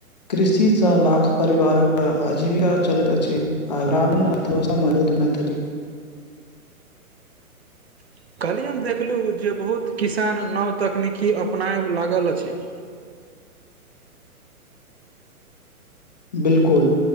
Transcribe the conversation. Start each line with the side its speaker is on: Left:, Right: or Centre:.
Left: कृषि सँ लाख परिवारक आजीविका चलैत अछि आ ग्रामीण अथवा <unintelligible>
Right: <inaudible> कहलियनि देखलु जे बहुत किसान नव तकनीकी अपनायब लागल अछि <inaudible>
Left: बिलकुल